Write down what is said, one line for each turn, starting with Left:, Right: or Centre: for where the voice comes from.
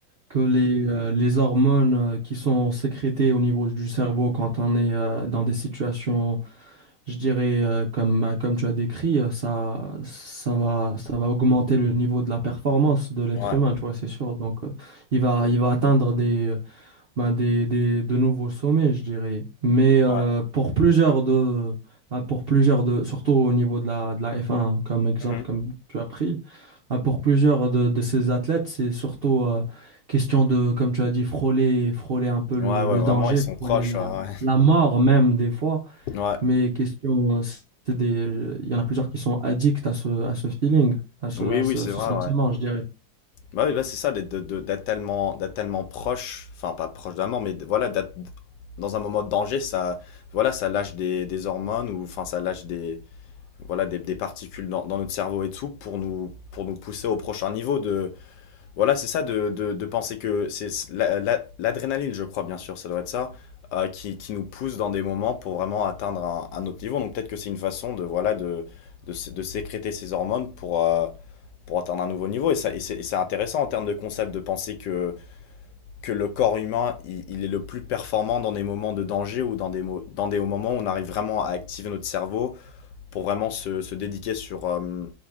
Right: que les, euh, les hormones euh, qui sont sécrétées au niveau du cerveau quand on est euh, dans des situations, je dirais, euh, comme, euh, comme tu as décrit, euh, ça, ça va, ça va augmenter le niveau de la performance de l'être
Left: Ouais,
Right: humain, tu vois, c'est sûr. Donc, euh, il va, il va atteindre des, euh, ben, des, des- de nouveaux sommets, je dirais. Mais euh,
Left: ouais.
Right: pour plusieurs de... ben, Pour plusieurs de, surtout au niveau de la, de la F1, comme exemple,
Left: Mhm.
Right: comme tu as pris, ah, pour plusieurs de, de ces athlètes, c'est surtout euh, question de, comme tu as dit, frôler, frôler un peu le,
Left: Ouais, ouais,
Right: le
Left: vraiment,
Right: danger,
Left: ils sont
Right: frôler
Left: proches,
Right: la,
Left: ouais, ouais.
Right: la
Left: <laughs>
Right: mort même des fois.
Left: Ouais.
Right: Mais question, euh, c'est des, il y en a plusieurs qui sont addicts à ce, à ce feeling, à ce,
Left: Oui,
Right: à
Left: oui,
Right: ce,
Left: c'est
Right: ce
Left: vrai,
Right: sentiment,
Left: ouais.
Right: je dirais.
Left: Bah oui, bah c'est ça, d'être de- de- d'être tellement, d'être tellement proche, enfin pas proche de la mort, mais d- voilà, d'être dans un moment de danger, ça, voilà, ça lâche des, des hormones, ou enfin ça lâche des voilà, des, des particules dans, dans notre cerveau et tout pour nous, pour nous pousser au prochain niveau de, voilà, c'est ça, de, de, de penser que c'est la- la- l'adrénaline, je crois, bien sûr, ça doit être ça, euh, qui, qui nous pousse dans des moments pour vraiment atteindre un, un autre niveau. Donc peut-être que c'est une façon de, voilà, de, de, sé- de sécréter ces hormones pour, euh, pour atteindre un nouveau niveau. Et, ça, et c'est et c'est intéressant en termes de concept de penser que, que le corps humain, il, il est le plus performant dans des moments de danger ou dans des, mo- dans des moments où on arrive vraiment à activer notre cerveau pour vraiment se, se dédiquer sur, euh,